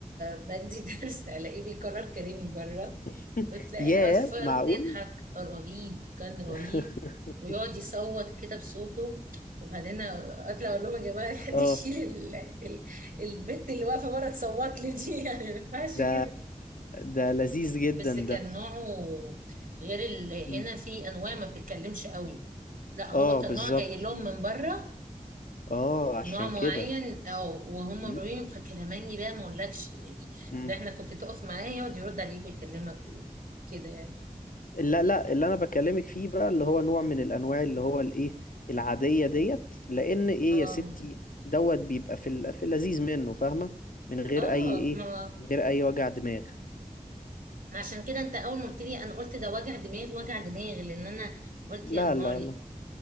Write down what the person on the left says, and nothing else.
<laughs>
ياه
معقول
<laughs>
اه
ده
ده لذيذ جدا
ده
مم.
اه
بالظبط
اه عشان
كده
مم.
مم.
لا لا اللي انا بكلمك فيه بقى اللي هو نوع من الانواع اللي هو الايه العاديه ديت لان ايه
يا ستي دوت بيبقى في ال- في اللذيذ منه فاهمه من غير
اي ايه
من غير اي وجع دماغ
لا
لا لا